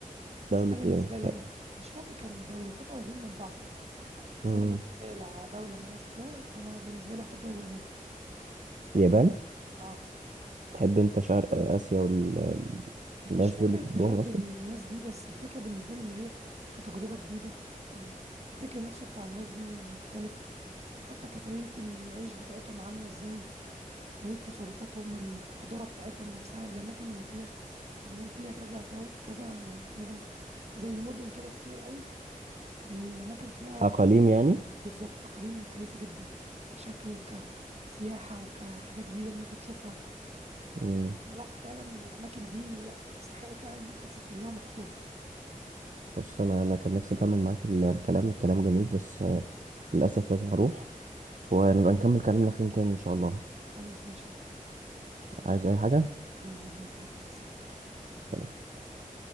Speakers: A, on the right; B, on the right.
A: دوله
B: بس أنا بالنسبة لي
A: ايه
B: أنا مش فاكر كان دولتين قريبين من بعض بس
A: مم.
B: أنا بالنسبة لي لو على دولة إن أنا أسافرها فأنا بالنسبة لي أفضل اليابان
A: اليابان
B: أه
A: تحب انت شرق اسيا والناس
B: مش فكرة
A: دول بتحبهم
B: بحب
A: اصلا
B: الناس دي بس الفكرة بالنسبة لي اللي هي كتجربة جديدة الفكر نفسه بتاع الناس دي مختلف حتى كطريقة العيش بتاعتهم عاملة إزاي طريقة تصرفاتهم الحضارة بتاعتهم نفسها الأماكن اللي فيها اليابان فيها كذا دول كذا اسمه ده زي مدن كده كتير قوي الأماكن فيها
A: اقاليم
B: يعني
A: يعني
B: بالظبط أقاليم كويسة جدا كشكل وكسياحة وكحاجات جديدة إن أنت تشوفها
A: مم.
B: لا فعلا الأماكن دي لا تستحق فعلا إن أنت تسافر لها مخصوص
A: بص انا انا كان نفسي اكمل معاك ال- الكلام الكلام جميل بس آه، للاسف لازم اروح ونبقى نكمل كلامنا في يوم تاني إن شاء الله
B: خلاص ماشي يا محمد
A: عايز أي حاجة؟
B: حبيبي ربنا يخليك مع السلامة
A: سلام.
B: سلام.